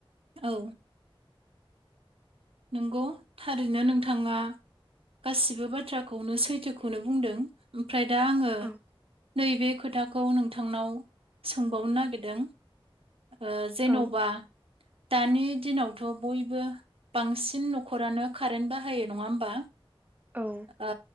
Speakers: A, on the right; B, on the right.
A: औ। नोंगौ थारैनो नोंथाङा गासिबो बाथ्राखौनो सैथोखौनो बुंदों। ओमफ्राय दा आङो
B: औ
A: नैबे खोथाखौ नोंथांनाव सोंबावनो नागिरदों। ओ जेन'बा
B: औ
A: दानि दिनावथ' बयबो बांसिन न'खरानो कारेन्ट बाहायो नङा होमबा।
B: औ
A: ओ